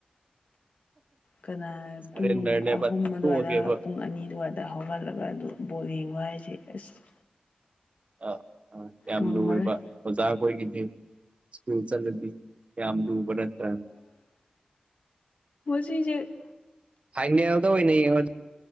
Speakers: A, on the left (about 70°); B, on the right (about 50°).
A: ꯀꯅꯥꯢ
B: ꯁꯔꯦꯟꯗꯔꯅꯦꯕ
A: ꯄꯨꯡ ꯑꯍꯨꯝ ꯑꯗ꯭ꯋꯥꯏꯗ
B: ꯇꯣꯛꯑꯒꯦꯕ
A: ꯄꯨꯡ ꯑꯅꯤ ꯑꯗꯨꯋꯥꯏ ꯗ ꯍꯧꯒꯠꯂꯒ ꯑꯗꯨꯝ ꯕꯣꯜ ꯌꯦꯡꯕ ꯍꯥꯏꯖꯦ ꯑꯁ
B: ꯑ ꯑ ꯌꯥꯝ
A: ꯉꯝꯃꯔꯣꯏ
B: ꯂꯨꯋꯦꯕ ꯑꯣꯖꯥꯈꯣꯏꯒꯤꯗꯤ ꯁ꯭ꯀꯨꯜ ꯆꯠꯂꯗꯤ ꯌꯥꯝ ꯂꯨꯕ ꯅꯠꯇ꯭ꯔ
A: ꯁꯤꯁꯦ
B: ꯐꯥꯏꯅꯦꯜꯗ ꯑꯣꯏꯅ ꯌꯦꯡꯉꯣ